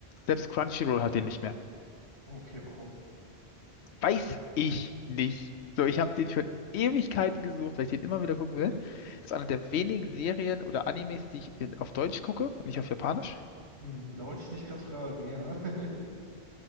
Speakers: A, on the left; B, on the right.
A: Selbst Crunchyroll hat den nicht mehr.
B: Okay, warum?
A: Weiß ich nicht. So, ich habe den schon Ewigkeiten gesucht, weil ich den immer wieder
B: <laughs>
A: gucken will. ist eine der wenigen Serien oder Animes, die ich in, auf Deutsch gucke und nicht auf Japanisch.
B: Hm, da wollte ich dich gerade fragen, ja. <laughs>